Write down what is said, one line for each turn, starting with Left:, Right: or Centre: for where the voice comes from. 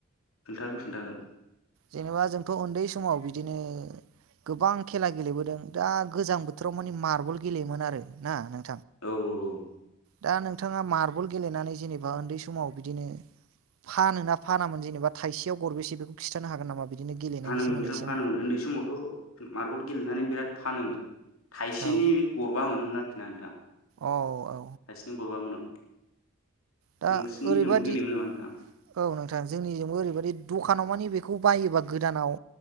Left: खोन्थागोन खोन्थागोन।
Right: जेनेबा जोंथ' उन्दै समाव बिदिनो गोबां खेला गेलेबोदों दा गोजां बोथोराव मानि मार्बल गेलेयोमोन आरो ना नों
Left: औ औ औ
Right: दा नोंथाङा मार्बल गेलेनानै जेनेबा उन्दै समाव बिदिनो फानोना फानामोन जेनेबा थाइसेयाव गरबेसे बेखौ खिथानो हागोन नामा? बिदिनो गेलेनायनि
Left: फानोमोन
Right: सोमोन्दै
Left: नोंथां
Right: एसे
Left: फानोमोन उन्दै समावथ' मार्बल गेलेनानै बिराद फानोमोन। थाइसेनि
Right: औ
Left: गरबा मोनोमोन आरोखि ना नोंथां थाइसेनि
Right: औ औ
Left: गरबा मोनाव
Right: दा
Left: नोंसिनिजोंबो
Right: ओरैबादि
Left: गेलेयोमोन नामा नोंथां?
Right: औ जोंनिजोंबो ओरैबादि दखानाव मानि बेखौ बायोबा गोदानाव